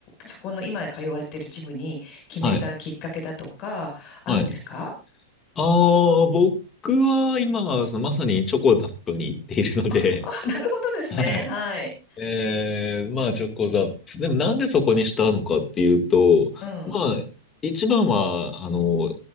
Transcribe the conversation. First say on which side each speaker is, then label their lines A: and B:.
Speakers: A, on the left (about 40°); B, on the left (about 25°).
A: そこの今通われてるジムに決めたきっかけだとか、
B: はい、
A: あるんですか
B: はい。ああ、僕は今、そのまさにチョコザップに行っているので、
A: <laughs> あ、なるほどですね。
B: はい。
A: はい。
B: ええまあ、チョコザップ。でも、なんでそこにしたのかっていうと、
A: うん。
B: まあ、一番は、あの、